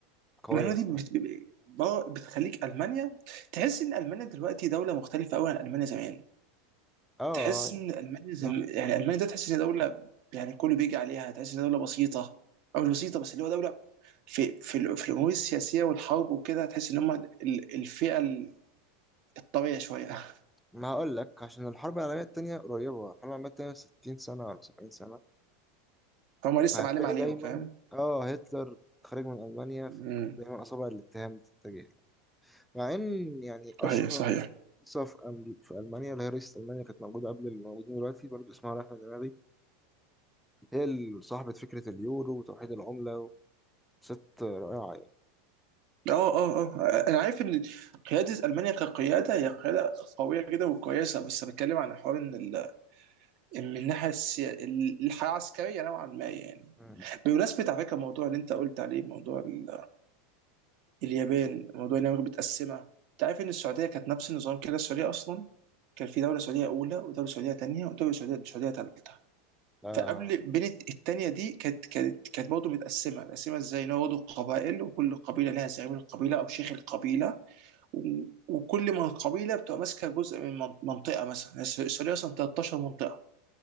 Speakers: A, in the centre; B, on the right (about 55°).
A: قوية
B: المعلومه
A: الصراحة
B: دي بت... ب- ب- بتخليك المانيا تحس ان المانيا دلوقتي دوله مختلفه قوي عن المانيا زمان
A: اه آه،
B: تحس
A: يعني
B: ان المانيا
A: بالظبط
B: زم... يعني المانيا ده تحس ان دوله يعني كله بيجي عليها تحس ان دوله بسيطه او مش بسيطه بس اللي هو دوله في في, ال- في الامور السياسيه والحرب وكده تحس ان هم ال- الفئه ال- الطريه شويه <laughs>
A: ما هقول لك عشان الحرب العالمية التانية قريبة الحرب العالمية التانية ستين سنة ولا سبعين سنة
B: هم
A: فهتلاقي
B: لسه معلم عليهم
A: دايما
B: فاهم؟
A: اه هتلر خارج من ألمانيا
B: مم.
A: فدايما أصابع الاتهام بتتجه له. مع إن يعني أشهر
B: صحيح صحيح
A: رئيسة في أم- في ألمانيا اللي هي رئيسة ألمانيا كانت موجودة قبل اللي موجودين دلوقتي برضه اسمها رحمة دماغي هي اللي صاحبة فكرة اليورو وتوحيد العملة ست رائعة يعني
B: اه اه اه انا عارف ان قياده المانيا كقياده هي قياده قويه جدا وكويسه بس بتكلم عن حوار ان ال... إن من الناحيه السيا... ال- الحياه العسكريه نوعا ما يعني
A: مم.
B: بمناسبه على فكره الموضوع اللي انت قلت عليه موضوع ال... اليابان موضوع ان امريكا متقسمه انت عارف ان السعوديه كانت نفس النظام كده السعوديه اصلا كان في دوله سعوديه اولى ودوله سعوديه ثانيه ودوله سعوديه سعوديه ثالثه
A: آه
B: فقبل بين الثانيه دي كانت كانت كانت برضه متقسمه متقسمه ازاي ان هو برضه قبائل وكل قبيله لها زعيم القبيله او شيخ القبيله و- وكل من قبيله بتبقى ماسكه جزء من من- منطقه مثلا يعني الس- السعوديه اصلا 13 منطقه